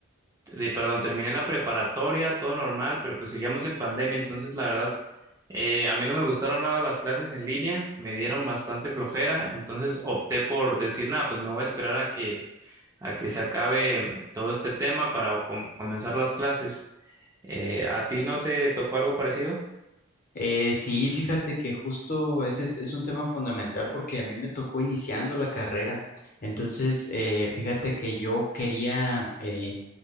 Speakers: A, on the right; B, on the left.
A: de, perdón, terminé la preparatoria, todo normal, pero pues seguíamos en pandemia, entonces la verdad, eh, a mí no me gustaron nada las clases en línea, me dieron bastante flojera, entonces opté por decir, nada, pues me voy a esperar a que, a que se acabe todo este tema para com- comenzar las clases. Eh, ¿a ti no te tocó algo parecido?
B: Eh, sí, fíjate que justo ese es, es un tema fundamental porque a mí me tocó iniciando la carrera. Entonces, eh, fíjate que yo quería eh,